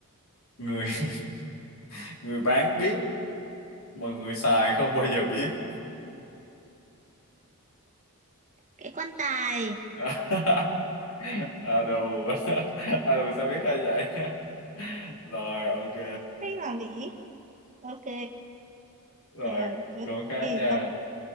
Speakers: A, on the left (about 65°); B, on the right (about 35°).
A: người <laughs> người bán biết mà người xài không bao giờ biết
B: cái quan tài
A: <laughs> à đồ <laughs> à đồ sao biết hay vậy <laughs> rồi ok
B: hay là lý ok
A: rồi
B: trời đố
A: câu khác
B: thì
A: nha
B: ông